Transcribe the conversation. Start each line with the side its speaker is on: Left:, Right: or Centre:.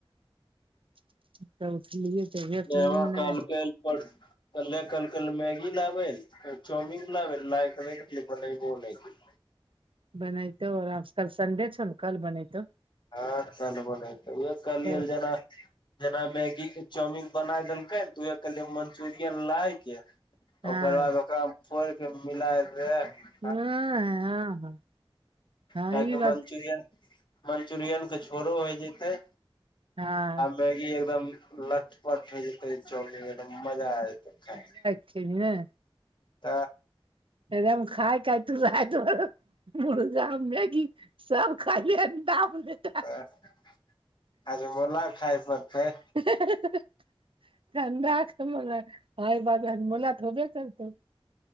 Right: <unintelligible>
Left: ने हमरा
Right: नींद नहि
Left: कहलके कले कहलके मैगी लाबै चाउमिंग लाबे फेर बनेइबो नै केलके।
Right: बनैतो आ कल संडे छो ने कल बनेतौ।
Left: हँ कल बनेतै उएह कहलियै
Right: तऽ
Left: जेना जेना मैगी के चाउमिन बनाय देलकै तऽहे कहलियै मंचुरियन लायके
Right: हँ
Left: ओकर बाद ओकरा फोड़िके के मिलाइ देबै।
Right: नै हँ हँ। हँ
Left: किएकी
Right: ई
Left: कि
Right: बात
Left: मंचुरियन मंचुरियन के झोड़ो होय जेतै
Right: हँ।
Left: मैगी एकदम लटपट होय जेते चॉकल एकदम मजा आ जते खाय मे।
Right: ्खेलियै।
Left: त।
Right: एकदम खाय तू <unintelligible> मुर्गा मैगी सब खइले तब <unintelligible>
Left: त हाजमोला खाइ परतै।
Right: हा ह ह ह ह <unintelligible> समझले ने खेला के बाद हाजमोला खेबे करतौ।